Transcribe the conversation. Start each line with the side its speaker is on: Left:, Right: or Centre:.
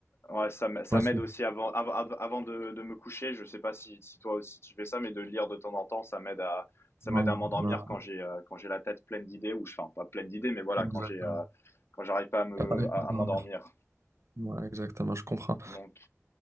Left: Ouais, ça m'a- ça
Right: Moi aussi.
Left: m'aide aussi avant, av- av- avant de, de me coucher. Je sais pas si, si toi aussi tu fais ça, mais de lire de temps en temps, ça m'aide à, ça
Right: Ouais,
Left: m'aide à m'endormir
Right: ouais,
Left: quand j'ai, euh, quand j'ai la tête pleine d'idées, ou je enfin, pas pleine d'idées, mais voilà,
Right: exactement.
Left: quand j'ai, euh, quand j'arrive pas à me,
Right: T'arrives pas
Left: à,
Right: à dormir.
Left: à m'endormir.
Right: Ouais, exactement, je comprends.
Left: Donc,